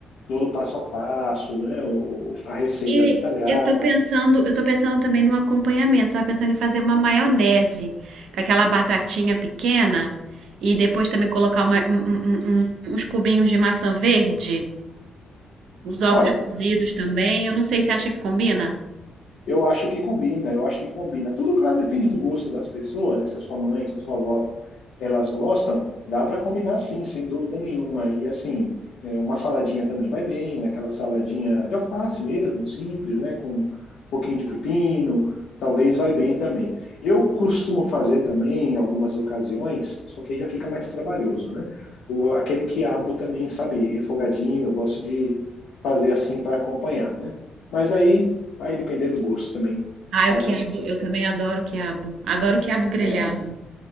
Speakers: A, on the left (about 70°); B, on the right (about 75°).
A: todo o passo a passo, né? O, a receita
B: E
A: detalhada.
B: eu tô pensando, eu tô pensando também no acompanhamento. Tava pensando em fazer uma maionese com aquela batatinha pequena e depois também colocar uma- um- um- um- um- uns cubinhos de maçã verde. Os ovos
A: Olha,
B: cozidos também. Eu não sei se acha que combina.
A: Eu acho que combina, eu acho que combina. Tudo, claro, depende do gosto das pessoas, né? Se a sua mãe, se a sua avó, elas gostam, dá para combinar sim, sem dúvida nenhuma. E assim, é, uma saladinha também vai bem, aquela saladinha de alface mesmo, simples, né? Com um pouquinho de pepino, talvez vai bem também. Eu costumo fazer também em algumas ocasiões, só que aí já fica mais trabalhoso, né? O, aquele quiabo também, sabe, refogadinho, eu gosto de fazer assim para acompanhar, né? Mas aí Vai depender do gosto também
B: Ah,
A: de cada
B: o quiabo.
A: um. né? Isso
B: Eu também adoro o quiabo. Adoro o quiabo grelhado.
A: É,